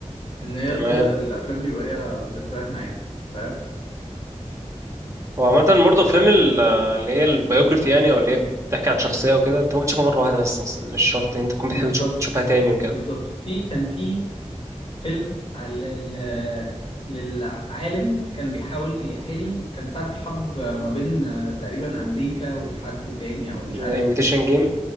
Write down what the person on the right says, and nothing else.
تمام
هو عامة برضه أفلام ال- اللي هي البيوجرافي يعني أو اللي هي بتحكي عن شخصية وكده أنت ممكن تشوفها مرة واحدة بس أصلا مش شرط إن أنت تكون بتحب
تشوف تشوفها تاني وكده
زي imitation game